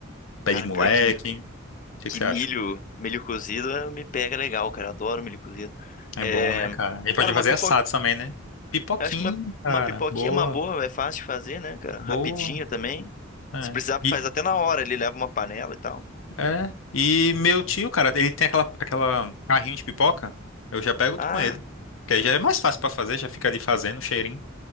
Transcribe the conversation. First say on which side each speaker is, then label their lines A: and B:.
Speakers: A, on the left; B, on the left.
A: Pé
B: Cara,
A: de moleque.
B: pior que,
A: O que
B: que
A: que você
B: milho,
A: acha?
B: milho cozido eh, me pega legal, cara. Adoro milho cozido.
A: É
B: É,
A: bom, né, cara? Ele
B: cara,
A: pode
B: uma
A: fazer
B: pipoca.
A: assado também, né? Pipoquinha,
B: Eu acho que uma,
A: cara.
B: uma pipoquinha
A: Boa,
B: é uma boa, é fácil de fazer, né, cara?
A: boa.
B: Rapidinho também.
A: É.
B: Se precisar,
A: E,
B: faz até na hora, ele leva uma panela e tal.
A: é. E meu tio, cara, ele tem aquela, aquela carrinho de pipoca. Eu já pego
B: Ah,
A: com ele. Que aí já é mais fácil pra fazer, já fica ali fazendo o cheirinho.